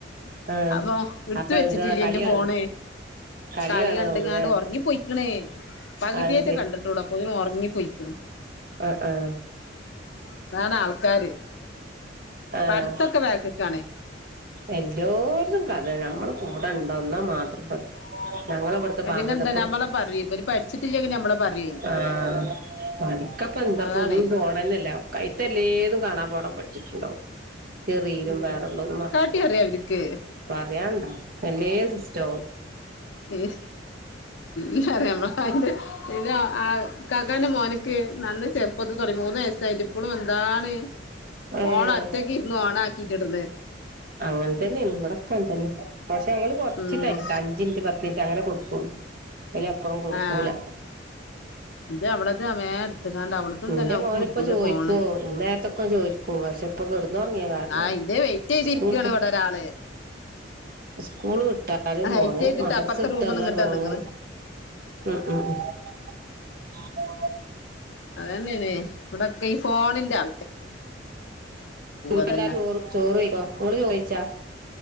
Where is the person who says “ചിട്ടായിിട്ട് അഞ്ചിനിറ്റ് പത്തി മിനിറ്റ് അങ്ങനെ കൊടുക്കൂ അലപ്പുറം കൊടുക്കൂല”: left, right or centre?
Right